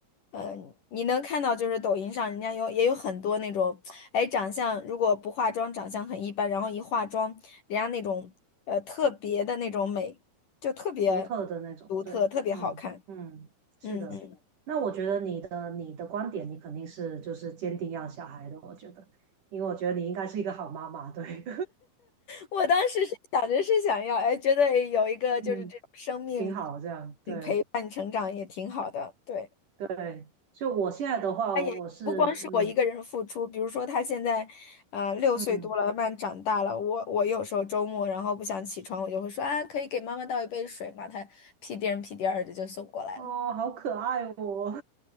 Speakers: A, on the left; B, on the right.
A: 嗯、你能看到就是抖音上人家有也有很多那种，哎，长相如果不化妆长相很一般，然后一化妆，人家那种呃特别的那种美，就特别
B: 独特的那种，
A: 独特，
B: 对，
A: 特别好看。
B: 嗯嗯，是的。
A: 嗯嗯，
B: 那我觉得你的你的观点，你肯定是就是坚定要小孩的，我觉得，因为我觉得你应该是一个好妈妈，对，
A: 我当时是想着是想要，哎，觉得有一个就是这种生命
B: <laughs> 嗯，挺好这样，对
A: 陪伴成长也挺好的，对。
B: 对。就我现在的话，
A: 他也不光是我一个人付出，
B: 我是嗯
A: 比如说他现在，啊，六岁多了，
B: 嗯，
A: 慢慢长大了。我我有时候周末然后不想起床，我就会说啊，可以给妈妈倒一杯水吗？他屁颠儿屁颠儿的就送过来了。
B: 哦，
A: <laughs>
B: 好可爱哦，